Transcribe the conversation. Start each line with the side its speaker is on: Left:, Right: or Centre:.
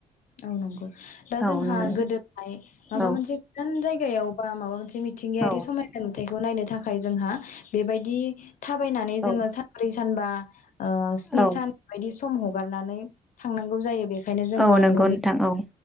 Left: औ नंगौ दा जोंहा
Centre: औ नंगौ
Left: गोदोहाय माबा
Centre: औ
Left: मोनसे गोजान जाय गायावबा माबा मोनसे मिथिंगायारि
Centre: औ
Left: समायना नुथायाइखौ नायनो थाखाय थाखाय जोंहा बेबायदि थाबायनानै
Centre: औ
Left: जोङो सानब्रै सानबा ओ स्नि
Centre: औ
Left: सान बायदि सम हगारनानै थांनांगौ जायो बेखायनो जोङो
Centre: औ नंगौ
Left: नुहै
Centre: नोंथां औ।